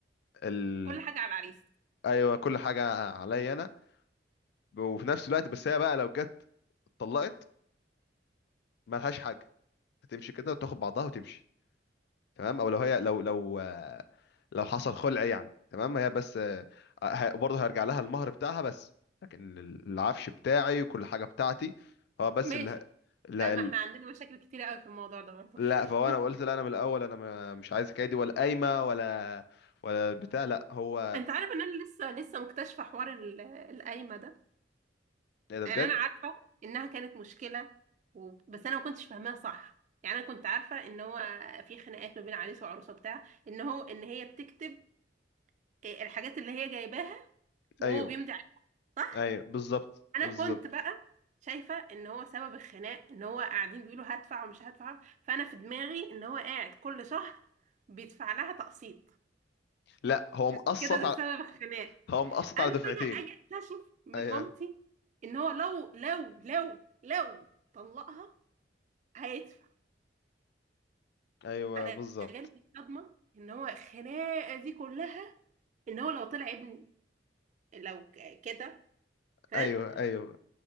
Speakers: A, on the left (about 60°); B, on the right (about 40°).
A: ال...
B: كل حاجة على العريس
A: ايوه كل حاجه عليا انا وفي نفس الوقت بس هي بقى لو جت اتطلقت مالهاش حاجه هتمشي كده وتاخد بعضها وتمشي تمام او لو هي لو لو آه، لو حصل خلع يعني تمام هي بس آه، ه- برضه هيرجع لها المهر بتاعها بس لكن العفش بتاعي وكل حاجه بتاعتي هو بس
B: ماشي
A: اللي لا
B: لا ما احنا عندنا مشاكل كتير قوي في الموضوع ده برضه
A: لا فهو
B: <laughs>
A: انا قلت لا انا من الاول انا ما- مش عايز الحكايه دي ولا قايمه ولا ولا بتاع لا هو
B: انت عارف ان انا لسه لسه مكتشفة حوار ال- القايمة ده
A: ايه ده بجد
B: يعني انا عارفة انها كانت مشكلة و... بس انا ما كنتش فاهماها صح يعني انا كنت عارفة ان هو في خناقات ما بين عريس وعروسة بتاع ان هو ان هي بتكتب آه، الحاجات اللي هي جايباها وهو
A: ايوه
B: بيمضي عليه صح
A: ايوه بالظبط
B: انا
A: بالظبط
B: كنت بقى شايفه ان هو سبب الخناق ان هو قاعدين بيقولوا هدفع ومش هدفع فانا في دماغي ان هو قاعد كل شهر بيدفع لها تقسيط
A: لا هو مقسط
B: عشان كده ده
A: على
B: سبب الخناق
A: هو مقسط
B: اما
A: على
B: انا
A: دفعتين
B: اجي اكتشف من
A: ايوه
B: مامتي ان هو لو لو لو لو طلقها هيدفع
A: ايوه
B: انا
A: بالظبط
B: جالي صدمه ان هو الخناقه دي كلها ان هو لو طلع ابن لو ك- كده ها
A: ايوه ايوه